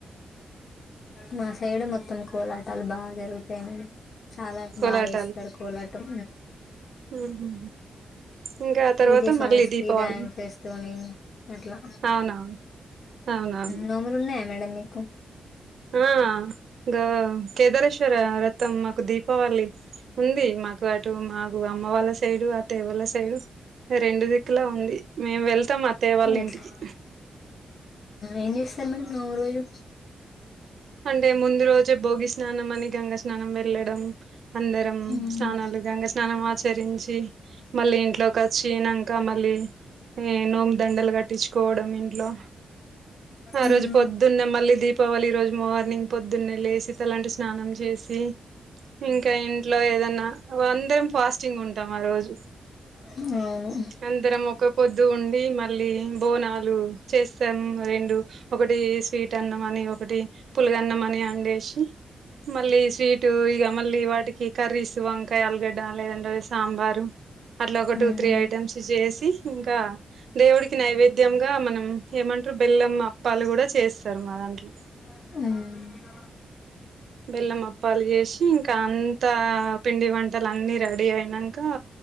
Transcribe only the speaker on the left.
మా సైడ్ మొత్తం కోలాటాలు బాగా జరుగుతాయి మేడం చాలా
బాగా చేేస్తారు కోలాటం
డీజే సాంగ్స్
కి డాన్స్ చేస్తూనే అట్లా
నోములున్నాయా మేడం మీకు
ఎట్లా
ఏం చేస్తారు మేడం నోములరోజు
మ్మ్.
మ్మ్.
ఉమ్
మ్మ్.
ఉం